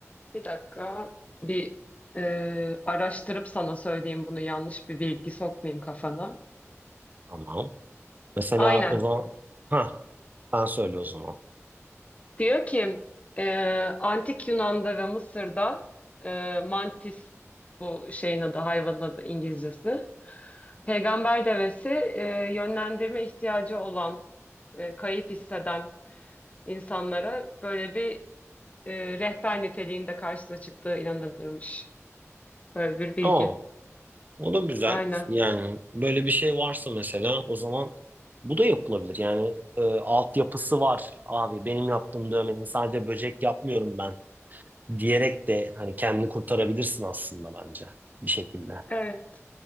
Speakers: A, on the left; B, on the right.
A: Bir dakika. Bir e, araştırıp sana söyleyeyim bunu yanlış bir bilgi sokmayayım kafana.
B: Tamam. Mesela
A: Aynen.
B: o zaman ha ben söyle o zaman.
A: Diyor ki e, Antik Yunan'da ve Mısır'da e, mantis bu şeyin adı hayvanın adı İngilizcesi. Peygamber devesi e, yönlendirme ihtiyacı olan e, kayıp hisseden insanlara böyle bir e, rehber niteliğinde karşısına çıktığı inanılırmış. Böyle bir bilgi.
B: Oo. O da güzel.
A: Aynen.
B: Yani böyle bir şey varsa mesela o zaman bu da yapılabilir. Yani e, altyapısı var abi benim yaptığım dövmenin sadece böcek yapmıyorum ben diyerek de hani kendini kurtarabilirsin aslında bence bir şekilde.
A: Evet.